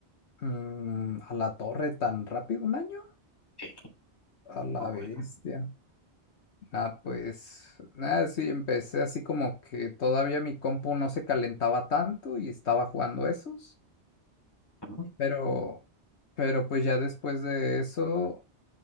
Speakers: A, on the left; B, on the left.
A: mm, a la torre tan rápido un año,
B: Sí,
A: a la
B: o bueno,
A: bestia. Ah, pues nada, sí, empecé así como que todavía mi compu no se calentaba tanto y estaba jugando esos,
B: ¿no?
A: pero, pero pues ya después de eso